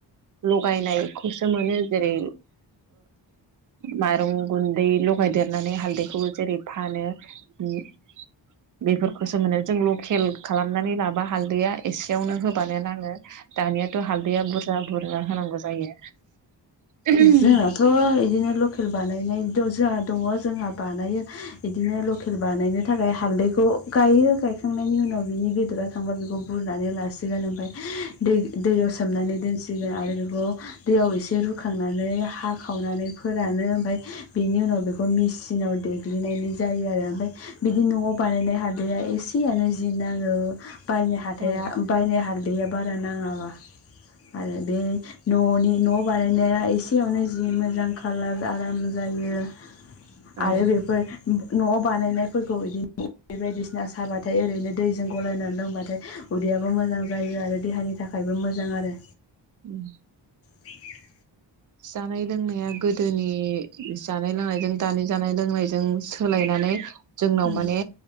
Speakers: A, on the right; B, on the left.
A: लगायनायखौसो मोनो जेरै माइरं गुन्दै लगायदेरनानै हालदैखौबो जेरै फानो ओम बेफोर खौसो मोनो जों लकेल खालामनानै लाबा हालदैया एसेयावनो होबानो नाङो, दानि हालदैया बुरजा बुर जा होनांगौ जायो। उम
B: जोंहाथ' बिदिनो लकेल बानायनाय जोंहा दङ जोंहा बानायो <inaudible> हालदैखौ गायो, गायखांनायनि उनाव बिनि बेदरा थांबा बेखौ बुरनानै लासिगोन। ओमफ्राय दै दैयाव सोमनानै दोनसिगोन आरो बेखौ दैयाव एसे रु खांनानै हाखावनानै फोरानो ओमफ्राय बेनि उनाव बेखौ मिसिनाव दै ग्लिनायनि जायो आरो ओमफाय बिदि न'आव बानायनाय हालदिया एसेयानो जि नाङो। बायनो हाथाया
A: औ
B: बायनो हाल दैैया बारा नाङाबा। आरो बे न'नि न' बानाय नाया एसेयावनो जि मोजां कालार आराम जायो।
A: औ
B: आरो बेफोर न'आव बानायनायफोरखौ बिदिनो बायदिसिना साबाथाय ओरैनो दैजों गलायनानै लोंबाथाय उदैयाबो मोजां जायो आरो देहानि थाखायबो मोजां आरो।
A: उम।
B: बे <inaudible> <unintelligible>
A: जानाय लोंनाया गोदोनि जानाय लोंनायजों दानि जानाय लोंनायजों सोलायनानै जोंनाव
B: उम
A: माने